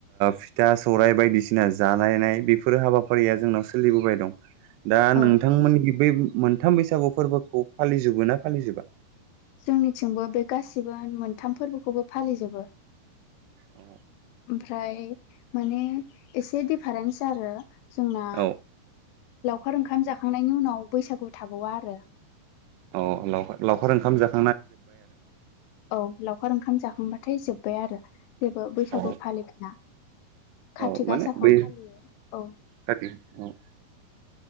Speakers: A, on the right; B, on the left.
A: फिथा सौराइ बायदिसिना जालायनाय बेफोरो हाबा फारिया जोंनाव सोलिबोबाय दं दा
B: औ
A: नोंथांमोनथिं बे मोनथाम बैसागु फोरबोखौ फालिजोबो ना फालिजोबा
B: जोंनिथिंबो बे गासिबो मोनथाम फोरबोखौबो फालिजोबो
A: औ
B: ओमफ्राय माने एसे डिफारेन्स आरो जोंना
A: औ
B: लावखार ओंखाम जाखांनायनि उनाव बैसागु थाबावा आरो
A: औ लावखार लावखार ओंखाम जाखो
B: औ लावखार ओंखाम जाखांबाथाय जोब बाय आरो जेबो बैसागु
A: औ
B: फालिला कारति
A: औ माने
B: गासाखौ
A: बै
B: फालियो औ
A: खाथि औ